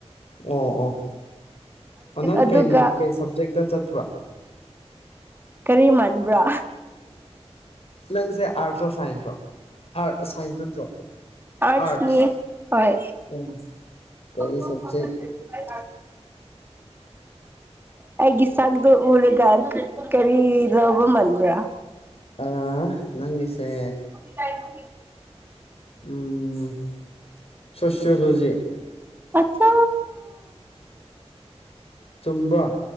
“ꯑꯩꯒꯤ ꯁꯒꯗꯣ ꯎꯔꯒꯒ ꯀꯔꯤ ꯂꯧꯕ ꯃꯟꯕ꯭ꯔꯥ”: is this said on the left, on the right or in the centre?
Right